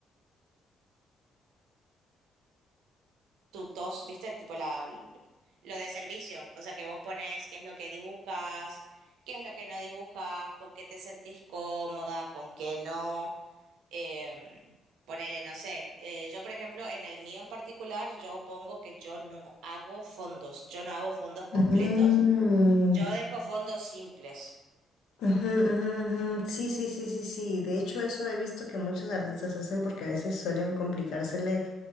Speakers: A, on the right; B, on the left.
A: tutos, ¿viste? Tipo la, lo de servicio, o sea, que vos pones qué es lo que dibujas, qué es lo que no dibujas, con qué te sentís cómoda, con qué no. Em, ponele, no sé, eh, yo por ejemplo, en el mío en particular, yo pongo que yo no hago fondos, yo no hago fondos completos,
B: Mm,
A: yo dejo fondos simples.
B: ujú, ujú, ujú. Sí, sí, sí, sí, sí. De hecho, eso he visto que muchos artistas hacen porque a veces suelen complicársele